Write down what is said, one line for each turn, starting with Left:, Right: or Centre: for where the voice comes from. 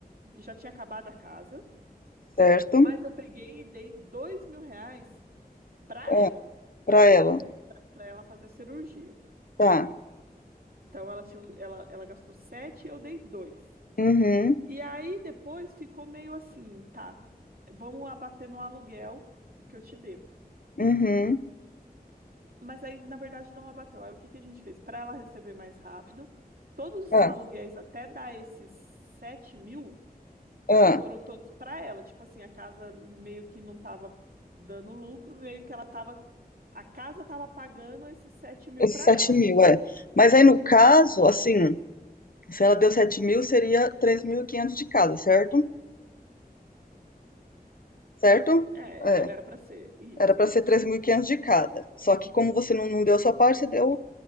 Right: já tinha acabado a casa,
Left: certo.
Right: mas eu peguei e dei dois mil reais para
Left: Ah,
Right: ela,
Left: pra ela.
Right: para ela fazer a cirurgia.
Left: Tá.
Right: Então ela, tinha, ela, ela gastou sete e eu dei dois.
Left: Uhum,
Right: E aí depois ficou meio assim, tá, vamos abater no aluguel o que eu te devo.
Left: uhum.
Right: Mas aí, na verdade, não abateu. Aí o que que a gente fez? Para ela receber mais rápido, todos
Left: Ah,
Right: os aluguéis até dar esses sete mil
Left: ah,
Right: foram todos para ela. Tipo assim, a casa meio que não estava dando lucro, meio que ela tava. A casa estava pagando esses sete mil
Left: esses
Right: para
Left: 7
Right: ela.
Left: mil, é. Mas aí no caso, assim, se ela deu 7 mil, seria 3.500 de casa, certo? certo?
Right: Hum, é,
Left: É,
Right: era era para ser. Isso,
Left: era para
Right: isso.
Left: ser 3.500 de cada. Só que como você não, não deu a sua parte, você deu,